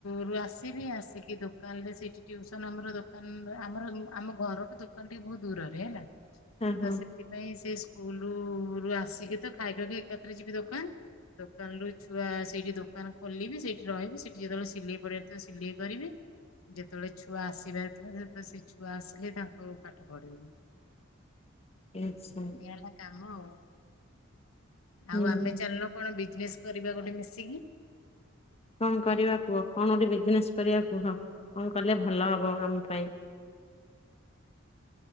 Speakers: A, on the left; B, on the left.
A: ରୁ ଆସିବି ଆସିକି ଦୋକାନ ରେ ସେଇଠି ଟୁସନ ଆମର କ ଆମର ଆମ ଘରଠୁ ଦୋକାନ ଟିକେ ବହୁତ ଦୂରରେ ହେଲା। ତ
B: ହଁ ହଁ
A: ସେଥିପାଇଁ ସେଇ ସ୍କୁଲ ରୁ ଆସିକି ତ ଖାଇଦେବି ଏକାଥରେ ଯିବି ଦୋକାନ। ଦୋକାନ ରୁ ଛୁଆ ସେଇଠି ଦୋକାନ ଖୋଲିବି ସେଇଠି ରହିବି ସେଠି ଯେତେବେଳେ ସିଲେଇ କରିବାରଥିବ ସିଲେଇ କରିବି। ଯେତେବେଳେ ଛୁଆ ଆସିିବାରଥିବ ସେତେବେଳେ ସେ ଛୁଆ ଆସିଲେ ତାଙ୍କୁ ପାଠ ପଢେଇବି। <inaudible>
B: ଆଚ୍ଛା।
A: ଏଇ କାମ ଆଉ ଆଉ
B: ହୁଁ
A: ଆମେ ଚାଲିଲ କଣ ବି ବିଜନେସ କରିବା ଗୋଟେ ମିଶିକି।
B: କଣ କରିବା କୁହ କଣ ଗୋଟେ ବିଜନେସ କରିବା କୁହ କଣ କଲେ ଭଲ ହବ ଆମ ପାଇଁ।